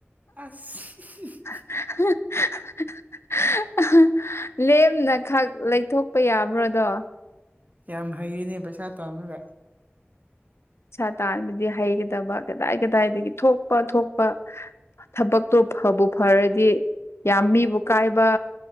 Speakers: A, on the right; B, on the left.
A: ꯑꯁ
B: <unintelligible> ꯂꯦꯝꯅ ꯈꯛ ꯂꯩꯊꯣꯛꯄ ꯌꯥꯕ꯭ꯔ ꯑꯗꯣ
A: ꯌꯥꯝ ꯍꯩꯔꯤꯅꯦ ꯄꯩꯁꯥ ꯇꯥꯟꯕꯒ
B: ꯄꯩꯩꯁꯥ ꯇꯥꯟꯕꯗꯤ ꯍꯩꯒꯗꯕ ꯀꯗꯥꯏ ꯀꯗꯥꯏꯗꯒꯤ ꯊꯣꯛꯄ ꯊꯣꯛꯄ ꯊꯕꯛꯇꯣ ꯐꯕꯨ ꯐꯔꯗꯤ ꯌꯥꯝ ꯃꯤꯕꯨ ꯀꯥꯏꯕ